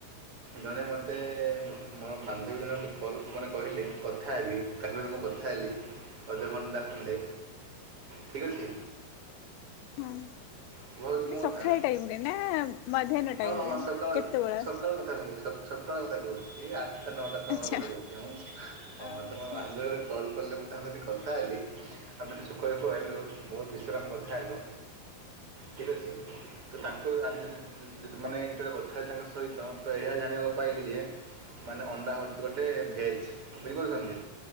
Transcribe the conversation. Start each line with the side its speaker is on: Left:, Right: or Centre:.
Right: ଜଣେ ମତେ ମୋର ବାନ୍ଧବୀ ଜଣେ କହିଲେ ମାନେ କଥା ହେବି ତାଙ୍କ ସହ। ମୁଁ କଥା ହେଲି ଅଧ ଘଣ୍ଟେ ଖଣ୍ଡେ। ଠିକ୍ ଅଛି।
Left: ହଁ। ମାନେ
Right: ଶୁଭାଯାଉଛି ମୋ
Left: ସଖାଳେ
Right: କଥା
Left: ଟାଇମ୍ ରେ ନା ମଧ୍ୟାନ
Right: ହଁ
Left: ଟାଇମ୍
Right: ହଁ
Left: ରେ
Right: ସକାଳ
Left: କେତେବେଳେ।
Right: ସକାଳ କଥା ମୁଁ କହୁ- ସ- ସକାଳ କଥା କହୁଛି। ଆ ଆଟା ନଅଟା ସମୟ
Left: ଆଚ୍ଛା
Right: କଥା କହୁଛି। ମୁଁ ହଁ
Left: ଆଚ୍ଛା
Right: ତମ ବନ୍ଧୁ ମତେ କଲ୍ କଲେ ମୁଁ ତାଙ୍କ ଯଦି କଥା ହେଲି ଆମେ ସୁଖ ଦୁଃଖ ହେଲୁ। ବହୁତ ବିଷୟ ରେ କଥା ହେଲୁ। ଠିକ ଅଛି ତ ତାଙ୍କ ଆଜି ଜି-ଜି-ଯଦି ମାନେ ଯେତେବେଳେ କଥା ହେଲି ତାଙ୍କ ସହିତ ତ ଏହା ଜାଣିବାକୁ ପାଇଲି ଯେ ମାନେ ଅଣ୍ଡା ହଉଛି ଗୋଟେ ଭେଜ୍ ବୁଝିପାରୁଛନ୍ତି?